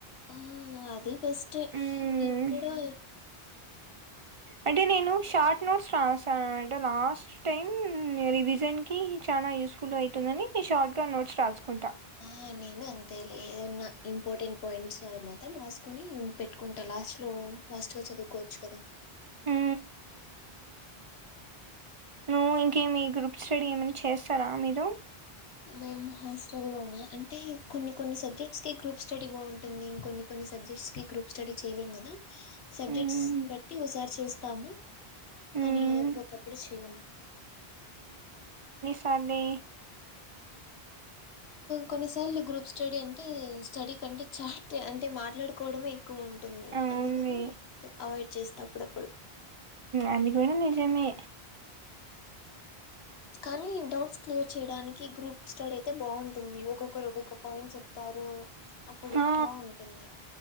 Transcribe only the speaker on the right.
హ్మ్.
అంటే నేను షార్ట్ నోట్స్ రాసానంట లాస్ట్ టైం రివిజన్కి చాలా యూస్ఫుల్ అవుతుందని షార్ట్గా నోట్స్ రాసుకుంటా
ఆ నువ్వు ఇంక మీ గ్రూప్ స్టడీ ఏమైనా చేస్తారా మీరు
మ్మ్
మ్మ్
కానీ
అవును
అంది కూడా నిజమే
ఆ